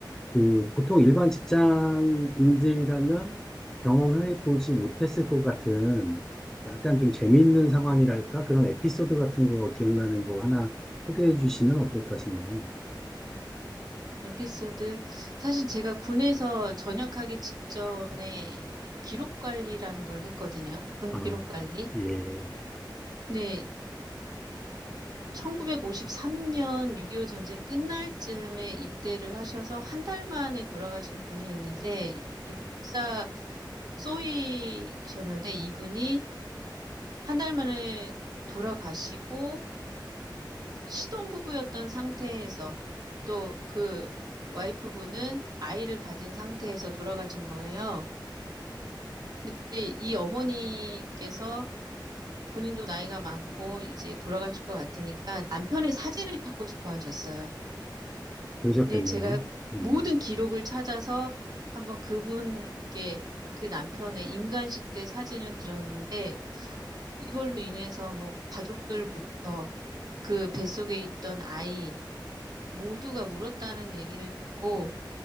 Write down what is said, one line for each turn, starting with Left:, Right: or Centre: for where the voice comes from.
Centre: 그 보통 일반 직장인들이라면 경험해 보지 못했을 것 같은 약간 좀 재미있는 상황이랄까? 그런 에피소드 같은 거 기억나는 거 하나 소개해 주시면 어떨까 싶네요.
Right: 에피소드. 사실 제가 군에서 전역하기 직전에 기록 관리라는 걸 했거든요. 군
Centre: 아,
Right: 기록 관리.
Centre: 예,
Right: 근데 1953년 6.25 전쟁 끝날 쯤에 입대를 하셔서 한 달 만에 돌아가신 분이 있는데 육사 쏘이셨는데 이분이 한 달 만에 돌아가시고 신혼부부였던 상태에서 또 그 와이프분은 아이를 가진 상태에서 돌아가신 거예요. 근데 이 어머니께서 본인도 나이가 많고 이제 돌아가실 것 같으니까 남편의 사진을 찾고 싶어 하셨어요.
Centre: 그러셨겠네요.
Right: 근데 제가 모든
Centre: 음.
Right: 기록을 찾아서 한번 그분께 그 남편의 임관식 때 사진을 드렸는데 이걸로 인해서 뭐 가족들부터 그 뱃속에 있던 아이 모두가 울었다는 얘기를 듣고